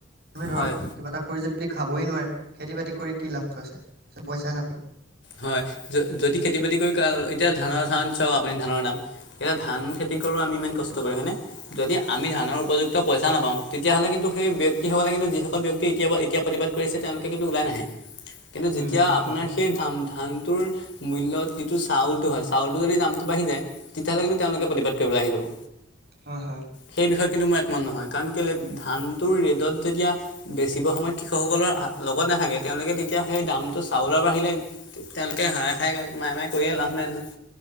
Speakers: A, on the right; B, on the left.
A: তুমি ধৰক
B: হয়
A: কিবা এটা কৰি যদি খাবই নোৱাৰে। খেতি বাতি কৰি কি লাভটো আছে <unintelligible> পইচা নাপায়।
B: হয় যদি খেতি বাতি কৰি এতিয়া ধানৰ ধান চাওঁ ধানৰ দাম। এতিয়া ধান খেতি কৰোঁ আমি ইমান কষ্ট কৰি হয়নে। যদি আমি ধানৰ উপযুক্ত পইচা নাপাওঁ তেতিয়াহ'লে কিন্তু সেই ব্যক্তিসকলে কিন্তু যিসকল ব্যক্তি এতিয়া এতিয়া প্ৰতিবাদ কৰিছে তেওঁলোকে কিন্তু ওলাই নাহে। কিন্তু যেতিয়া
A: উম উম
B: আপোনাৰ
A: হয় হয়
B: সেই ধান ধানটোৰ মূল্যত যিটো চাউলটো হয় চাউলটো যদি দামটো বাঢ়ি যায়। তেতিয়াহ'লে কিন্তু তেওঁলোকে প্ৰতিবাদ কৰিবলৈ আহি যাব।
A: হয়, হয়।
B: সেই বিষয়ে কিন্তু মই একমত নহয়, কাৰণ কেইলে ধানটোৰ ৰে'ডত যেতিয়া বেছিবৰ সময়ত কৃষকসকলৰ লগত নাথাকে তেওঁলোকে তেতিয়া সেই দামটো চাউলৰ বাঢ়িলে তেওঁলোকে হায়ে হায় মায়ে মায়ে কৰিয়ে লাভ নাই নহয়।